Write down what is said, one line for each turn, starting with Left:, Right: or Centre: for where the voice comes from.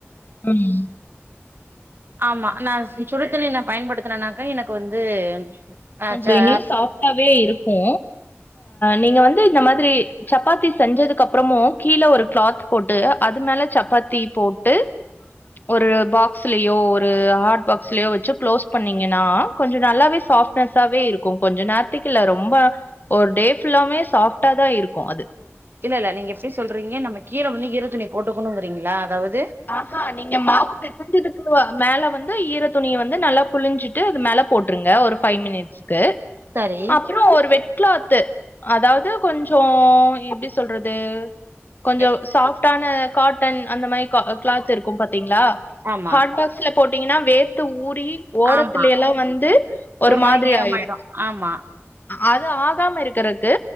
Left: உம்
Right: ஆமா நா சுடுதண்ணி பயன்படுத்தனனாக்கா எனக்கு வந்து ஆ
Left: கொஞ்சோ
Right: ச
Left: இனி சாஃப்டாவே இருக்கு நீங்க வந்து இந்த மாதிரி சப்பாத்தி செஞ்சதுக்கு அப்புறமும் கீழே ஒரு கிளாத் போட்டு அது மேல சப்பாத்தி போட்டு ஒரு பாக்சுலயோ ஒரு ஹார்ட் பாக்சுலயோ வெச்சு குளோஸ் பண்ணீங்கன்னா கொஞ்ச நல்லாவே சாஃப்ட் ஸாவே இருக்கு கொஞ்ச நேரத்துக்கு இல்ல ரொம்ப ஒரு டே ஃபுல்லாமே சாஃப்ட்டா தா இருக்கு அது
Right: இல்ல இல்ல நீங்க எப்டி சொல்றீங்க நம்ம கீழ வந்து ஈர துணி போட்டுக்கணுங்கிறீங்களா அதாவது
Left: ஆஹா நீங்க மாவு பெசைஞ்சிருக்குவா மேல வந்து ஈர துணிய வந்து நல்லா புழிஞ்சிட்டு அது மேல போட்டிருங்க ஒரு ஃபைவ் மினிட்ஸ் க்கு
Right: சரி
Left: அப்புறம் ஒரு வெட் வெட் கிளாத்து அதாவது கொஞ்சோ எப்டி சொல்றது கொஞ்சோ
Right: எ
Left: சாஃப் டான காட்டன் அந்த க்ளாத் இருக்கும் பாத்தீங்களா
Right: ஆமா
Left: ஹாட் பாக்ஸ்ல போ ங்கன்னா வேத்து ஊரி ஓரத்துல
Right: ஆமா
Left: எல்லா வந்து ஒரு மாதிரி
Right: மாரி ஈரமாயிடு
Left: ஆயிரும்
Right: ஆமா
Left: அது ஆக இருக்காம இருக்கிறதுக்கு